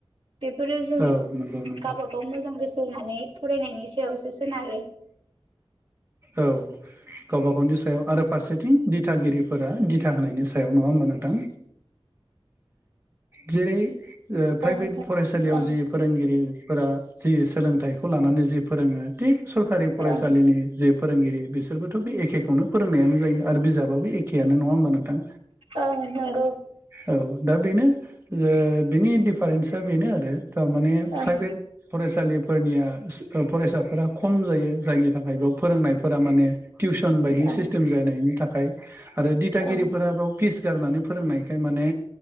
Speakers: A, on the right (about 75°); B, on the right (about 25°).
A: बेफोरो जों
B: औ नंगौ नंगौ
A: गाबागाव मोजां गोसो होनानै फरायनायनि सायावसो सोनारो
B: औ गावबा गावनि सायाव आरो फारसे थिं दिथागिरिफोरा दिथा होनायनि सायाव नङा होमबा नोंथां जेरै ओ प्राइभेट
A: ओं
B: फरायसालियाव
A: ओं
B: जि फोरोंगिरिफोरा जि सोलोंथाइखौ लानानै जि फोरोङो थिग सरखारि फरायसालिनि
A: ओं
B: जि फोरोंगिरि बिसोरबोथ' बे एखेखवनो फोरोंनायानो जायो। आरो बिजाबाबो एखेयानो नङा होमबा नोंथां
A: ओं नंगौ
B: औ दा बेनो ओ बिनि डिफारेन्सा बेनो आरो थारमाने
A: ओं
B: प्राइभेट फरायसालि फोरनिया फरायसाफोरा खम जायो जायनि थाखाय बेयाव फोरोंनायफोरा माने टिउसन बायदि
A: ओं
B: सिस्टेम जानायनि थाखाय आरो दिथागिरिफोरा
A: ओं ओं
B: बाव फिस गारनानै फोरोंनायखाय माने